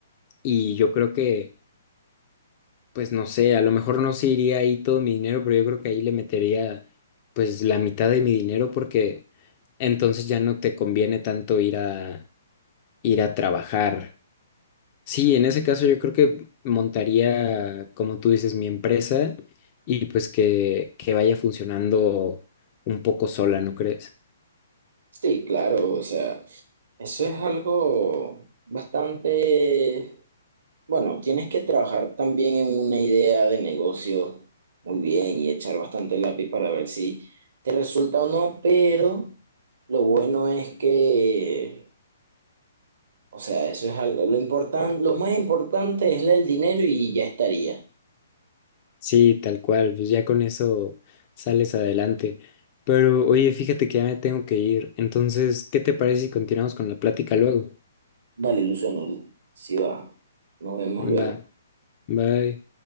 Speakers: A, on the left; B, on the right.
A: y yo creo que, pues no sé, a lo mejor no se iría ahí todo mi dinero, pero yo creo que ahí le metería pues la mitad de mi dinero porque entonces ya no te conviene tanto ir a, ir a trabajar. Sí, en ese caso yo creo que montaría, como tú dices, mi empresa y pues que, que vaya funcionando un poco sola, ¿no crees?
B: Sí, claro, o sea, eso es algo bastante, bueno, tienes que trabajar también en una idea de negocio muy bien y echar bastante lápiz para ver si te resulta o no, pero lo bueno es que O sea, eso es algo, lo importante, lo más importante es el dinero y ya estaría.
A: Sí, tal cual, pues ya con eso sales adelante. Pero oye, fíjate que ya me tengo que ir. Entonces, ¿qué te parece si continuamos con la plática luego?
B: Vale, Luciano, si va. Nos vemos luego.
A: Va, bye.